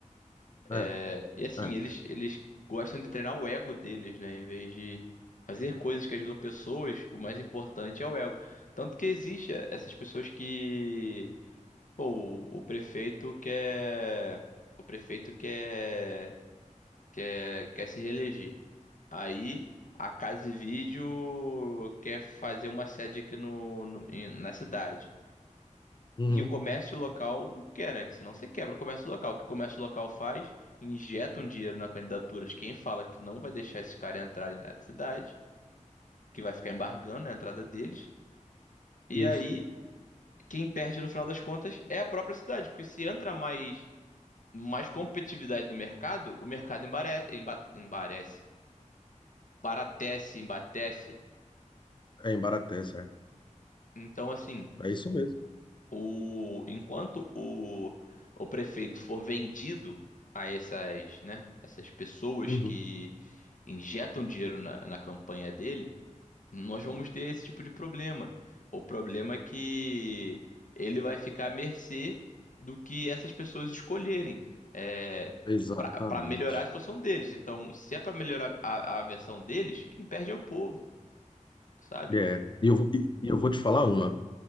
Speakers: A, on the left; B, on the left.
A: É,
B: É,
A: e assim,
B: é.
A: eles, eles gostam de treinar o ego deles, né? Em vez de fazer coisas que ajudam pessoas, o mais importante é o ego. Tanto que existe essas pessoas que, pô, o, o prefeito quer, o prefeito quer, quer, quer se reeleger. Aí a Casa e Vídeo quer fazer uma sede aqui no, no- em- na cidade.
B: Uhum,
A: E o comércio local não quer, né? Que senão você quebra o comércio local. O que o comércio local faz? Injeta um dinheiro na candidatura de quem fala que não vai deixar esses caras entrarem na cidade, que vai ficar embargando a entrada deles. E
B: isso.
A: aí, quem perde no final das contas é a própria cidade, porque se entra mais, mais competitividade no mercado, o mercado embare, emba, embarece, embaratece, embatece.
B: É em Baratés, é.
A: Então, assim.
B: É isso mesmo.
A: o, enquanto o, o prefeito for vendido a essas, né, essas pessoas
B: Uhum,
A: que injetam dinheiro na, na campanha dele, nós vamos ter esse tipo de problema. O problema é que ele vai ficar à mercê do que essas pessoas escolherem é,
B: exatamente.
A: para melhorar a situação deles. Então, se é para melhorar a, a versão deles, quem perde é o povo, sabe?
B: É. E eu, vou- e eu vou te falar uma.